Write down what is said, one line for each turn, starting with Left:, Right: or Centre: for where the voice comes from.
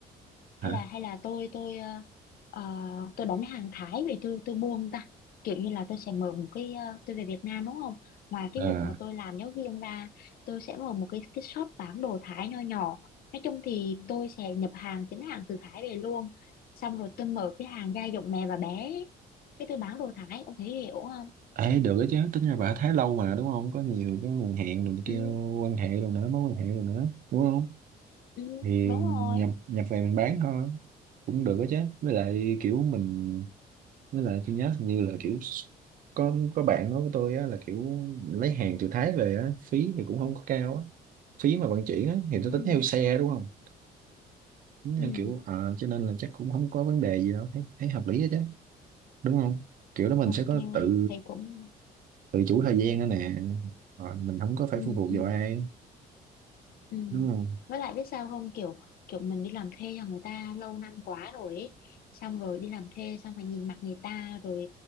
Left: hay
Right: hả
Left: là hay là tôi tôi ờ, ờ, tôi đánh hàng Thái về tôi tôi buông ta kiểu như là tôi sẽ mở một cái ờ, tôi về Việt Nam đúng không ngoài cái
Right: à
Left: việc mà tôi làm giáo viên ra tôi sẽ mở một cái cái shop bán đồ Thái nho nhỏ nói chung thì tôi sẽ nhập hàng chính hàng từ Thái về luôn xong rồi tôi mở cái hàng gia dụng mẹ và bé cái tôi bán đồ Thái ông thấy hiểu không
Right: ê được đó chứ tính ra bà Thái lâu mà đúng không có nhiều cái nguồn hẹn rồi này kia
Left: ừ
Right: quan hệ rồi nữa mối quan hệ rồi nữa đúng không
Left: ừ
Right: thì
Left: đúng
Right: nhập
Left: rồi
Right: nhập về mình bán thôi cũng được đó chứ với lại kiểu mình với lại tôi nhớ hình như là kiểu có có bạn nói với tôi á, là kiểu lấy hàng từ Thái về á, phí thì cũng không có cao á phí mà vận chuyển á, thì
Left: ừ
Right: tôi tính theo xe đúng không tính theo
Left: ừ
Right: kiểu à, cho nên là chắc cũng không có vấn đề gì đâu thấy, thấy hợp lý đó chứ đúng không kiểu đó mình
Left: ok
Right: sẽ có tự
Left: thầy cũng
Right: tự chủ thời gian nữa nè rồi mình không có phải
Left: ừ
Right: phụ thuộc
Left: ừ
Right: vào ai
Left: Ừ.
Right: đúng không
Left: Với lại biết sao không kiểu kiểu mình đi làm thuê cho người ta lâu năm quá rồi ấy. Xong rồi đi làm thuê xong phải nhìn mặt người ta rồi